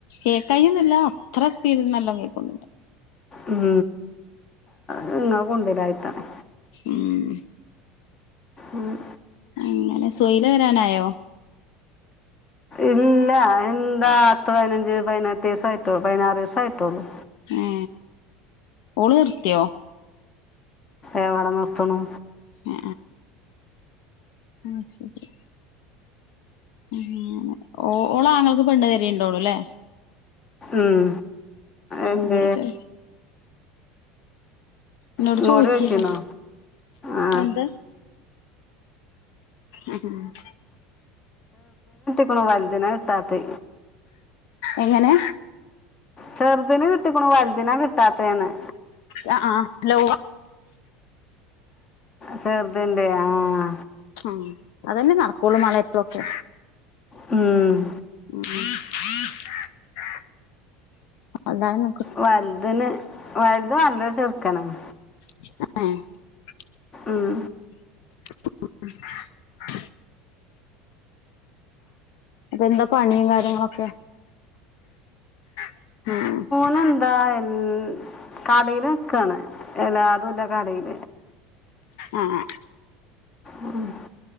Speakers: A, on the left (about 70°); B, on the left (about 30°).
A: കേക്കായൊന്നില്ല അത്ര സ്പീഡിൽ നല്ലോണം കേക്കൊന്നുല്ല.
B: ഉം നിങ്ങ കൊണ്ടിടായിത്താണ്
A: ഉം
B: ഉം
A: അങ്ങനെ സൊയില വരാനായോ?
B: ഇല്ല, എന്താ? പത്ത് പയിനഞ്ച് പയിനെട്ട് സായിട്ടുള്ളൂ പയിനാറ് സായിട്ടുള്ളൂ.
A: ഏ ഓള് ർത്തിയോ?
B: എവടെ നിർത്തണു.
A: ഏ ആ ശെരി. ഉം ങ്ങനെ ഓ ഓളങ്ങൾക്ക് പെണ്ണ് തെരീണ്ടോള്ളൂല്ലേ?
B: ഉം എന്തേ?
A: എന്നോട് ചോ ന്നോട്
B: ഇങ്ങോട്ട്
A: ചോയിചീല
B: ചോദിച്ചിരുന്നോ ആ
A: എന്ത്? അ ആ
B: പ്പളോ വൽദിന കിട്ടാത്തെ.
A: എങ്ങനെ?
B: ചെറുതിന് കിട്ടിക്ണു വൽദിനാ കിട്ടാത്തേന്ന്.
A: യ ആ ഹലോ
B: ചെർതിന്റെ ആഹ്
A: അഹ് അതന്നെ നടക്കുള്ളൂ മാളെത്രൊക്കെ
B: ഉം
A: <inaudible> <unintelligible>
B: വൽതിന് വൽത് നല്ലചെറുക്കനാണ്
A: <unintelligible>
B: ഉം
A: ഉ ഉ ഉ അപ്പെന്താ പണീംകാര്യങ്ങളൊക്കെ ആഹ്
B: പിന്നെന്താ എൽ കടേല്നിക്കാണ് എലാതുള്ള കടേല്
A: ആ ആഹ്
B: ഉം